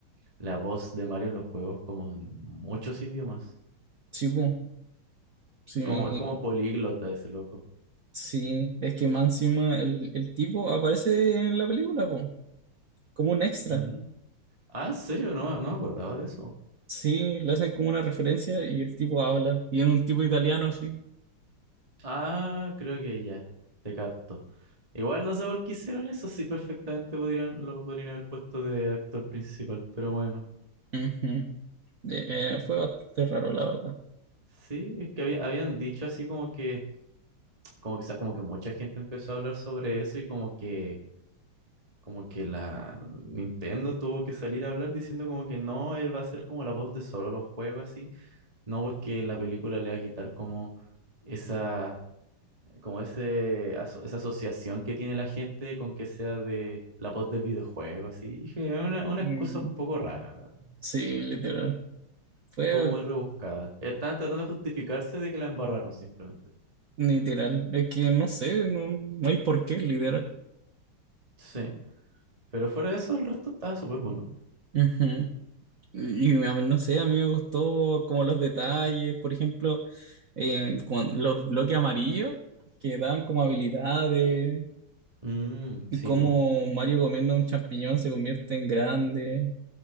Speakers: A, on the right (about 15°); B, on the right (about 50°).
A: la voz de Mario en los juegos como en muchos idiomas.
B: Sí, po. Sí,
A: Es como, es como políglota ese loco.
B: sí, es que más encima el, el tipo aparece en la película, po. como un extra.
A: Mm. Ah, ¿en serio? No, no me acordaba de eso.
B: Sí, le hacen como una referencia y el tipo habla. Y es un tipo italiano, sí.
A: Ah, creo que ya, te capto. Igual no sé por qué hicieron eso, sí perfectamente podrían, lo podrían haber puesto de actor principal, pero bueno.
B: Ujú. Eh, eh, fue bastante raro, la verdad.
A: Sí, es que había- habían dicho así como que, como que, sa- como que mucha gente empezó a hablar sobre eso y como que, como que la Nintendo tuvo que salir a hablar diciendo como que no, él va a ser como la voz de solo los juegos así, no porque en la película le va a quitar como esa, como ese, aso- esa asociación que tiene la gente con que sea de la voz del videojuego así. Y dije, "Es una, una excusa
B: Mm,
A: un poco rara, la verdad".
B: Sí, literal. Fue
A: Estuvo muy rebuscada. Estaban tratando de justificarse de que la embarraron simplemente.
B: literal. Es que no sé, no, no hay por qué, literal.
A: Sí. Pero fuera de eso, el resto estaba súper bueno.
B: Ujú. Y a mí, no sé, a mí me gustó como los detalles, por ejemplo, eh, cuan- los bloques amarillos que dan como habilidades
A: Mm,
B: y
A: sí,
B: cómo Mario comiendo un champiñón se convierte en grande